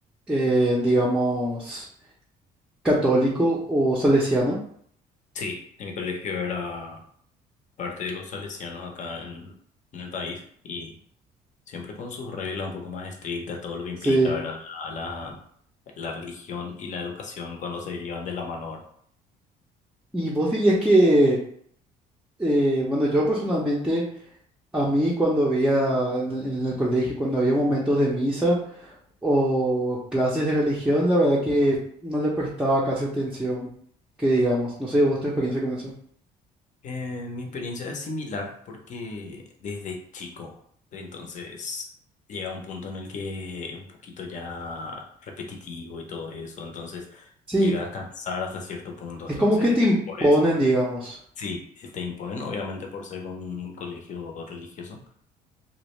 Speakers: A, in the centre; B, on the left.
A: eh, digamos, católico o salesiano.
B: Sí, en mi colegio era parte de los salesianos acá en, en el país y siempre con sus reglas un poco más estrictas, todo lo que implica,
A: Sí,
B: ¿verdad? La, la, la religión y la educación cuando se llevan de la mano. ¿verdad?
A: Y vos dirías que, eh, bueno, yo personalmente, a mí cuando había en el, en el colegio, cuando había momentos de misa o clases de religión, la verdad que no le prestaba casi atención, que digamos, no sé, vos tu experiencia con eso.
B: Eh, mi experiencia es similar porque desde chico, entonces llega un punto en el que es un poquito ya repetitivo y todo eso, entonces
A: sí
B: llega a cansar hasta cierto punto,
A: Es
B: entonces
A: como que te imponen,
B: por eso.
A: digamos. <laughs>
B: Sí, eh, te imponen obviamente por ser un colegio religioso